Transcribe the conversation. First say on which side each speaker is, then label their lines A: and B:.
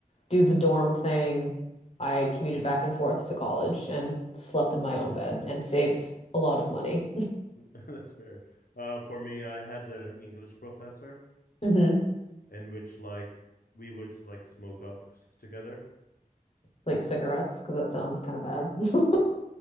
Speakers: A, on the left; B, on the left.
A: do the dorm thing. I commuted
B: Oh,
A: back and forth to college and slept in my own bed and saved a lot of money.
B: <laughs> that's fair. Uh, for me, I had an English professor
A: hmm
B: in which like we would like smoke up together.
A: Like cigarettes, because that sounds kind of bad <laughs>